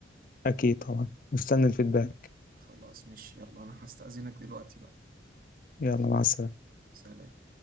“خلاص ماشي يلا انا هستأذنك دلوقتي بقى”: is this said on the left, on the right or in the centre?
Right